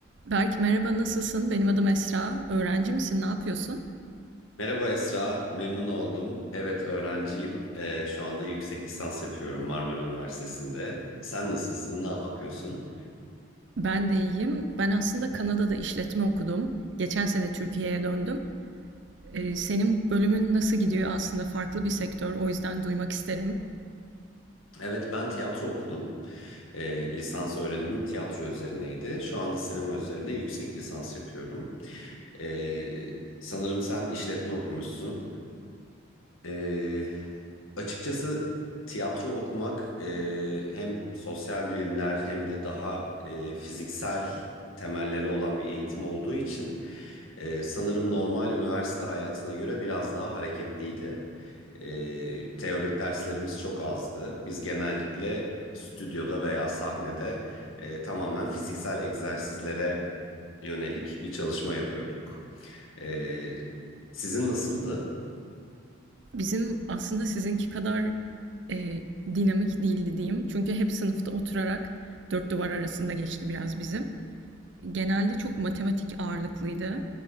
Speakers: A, on the right (about 60°); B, on the left (about 85°).
A: Berk merhaba nasılsın? Benim adım Esra. Öğrenci misin? Ne yapıyorsun?
B: Merhaba Esra, memnun oldum. Evet öğrenciyim. Ee, şu anda yüksek lisans yapıyorum Marmara Üniversitesi'nde. Sen nasılsın, ne yapıyorsun?
A: Ben de iyiyim. Ben aslında Kanada'da işletme okudum. Geçen sene Türkiye'ye döndüm. Ee, senin bölümün nasıl gidiyor? Aslında farklı bir sektör. O yüzden duymak isterim.
B: Evet ben tiyatro okudum. Ee, lisans öğrenimim tiyatro üzerineydi. Şu anda sinema üzerine yüksek lisans yapıyorum. Ee, sanırım sen işletme okumuşsun. Ee, açıkçası tiyatro okumak e, hem sosyal bilimler hem de daha e, fiziksel temelleri olan bir eğitim olduğu için e, sanırım normal üniversite hayatına göre biraz daha hareketliydi. E, teorik derslerimiz çok azdı. Biz genellikle stüdyoda veya sahnede e, tamamen fiziksel egzersizlere yönelik bir çalışma yapıyorduk. E, sizin nasıldı?
A: Bizim aslında sizinki kadar e, dinamik değildi diyeyim. Çünkü hep sınıfta oturarak dört duvar arasında geçti biraz bizim. Genelde çok matematik ağırlıklıydı.